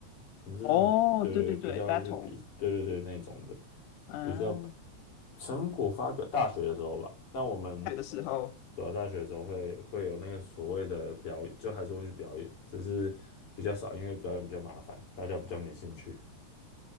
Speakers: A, on the left; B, on the left.
A: 我们是那种对对比较去比对对对那种的，
B: 哦，对对对，battle，嗯，
A: 比较成果发表大学的时候吧。但我们
B: 学的时候，
A: 对啊，大学的时候会会有那个所谓的表演，就还是会去表演，只是比较少，因为表演比较麻烦，大家比较没兴趣。